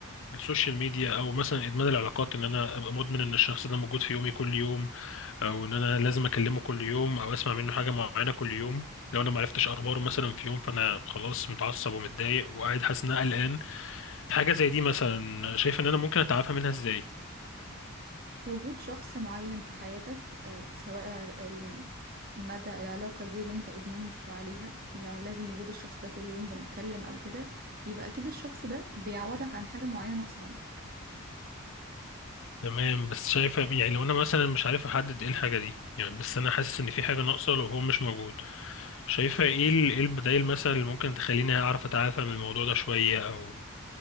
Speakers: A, on the left; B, on the right.
A: السوشيال ميديا او مثلا ادمان العلاقات ان انا ابقى مدمن ان الشخص ده موجود في يومي كل يوم او ان انا لازم اكلمه كل يوم او اسمع منه حاجة معينة كل يوم لو انا معرفتش اخباره مثلا في يوم فانا خلاص متعصب ومتضايق وقاعد حاسس ان انا قلقان حاجة زي دي مثلا شايف ان انا ممكن اتعافى منها ازاي
B: وجود شخص معين في حياتك آه، سواء ال- ال- مدى العلاقة دي اللي انت ادمنت عليها ده لازم وجود الشخص ده كل يوم بنتكلم او كده يبقى اكيد الشخص ده بيعوضك عن حاجة معينة ناقصة عندك
A: تمام بس شايفة يعني لو انا مثلا مش عارف احدد ايه الحاجة دي يعني بس انا حاسس ان في حاجة ناقصة لو هو مش موجود شايفة ايه ال- ايه البدائل مثلا اللي ممكن تخليني اعرف اتعافى من الموضوع ده شوية او